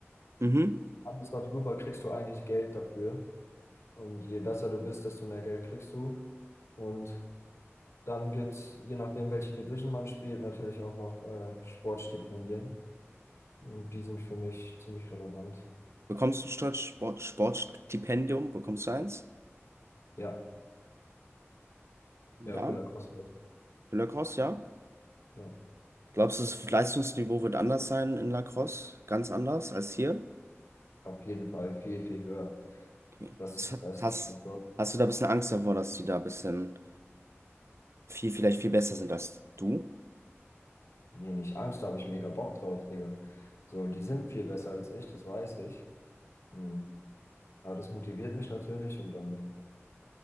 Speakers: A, on the right (about 65°); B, on the left (about 70°).
A: Mhm.
B: alles darüber kriegst du eigentlich Geld dafür. Und je besser du bist, desto mehr Geld kriegst du. Und dann gibt's, je nachdem, welche Division man spielt, natürlich auch noch äh, Sportstipendien. Und die sind für mich ziemlich relevant.
A: Bekommst du statt Sport, Sportstipendium, bekommst du eins?
B: Ja,
A: Ja.
B: ja, für Lacrosse.
A: Für Lacrosse, ja.
B: Ja,
A: Glaubst du, das Leistungsniveau wird anders sein in Lacrosse? Ganz anders als hier?
B: auf jeden Fall viel, viel höher.
A: Okay.
B: Das
A: Hast,
B: ist das
A: hast,
B: Konto.
A: hast du da ein bisschen Angst davor, dass die da ein bisschen viel, vielleicht viel besser sind als du?
B: Nee, nicht Angst, da habe ich mega Bock drauf, Digga. So, die sind viel besser als ich, das weiß ich. Mhm. Aber das motiviert mich natürlich und dann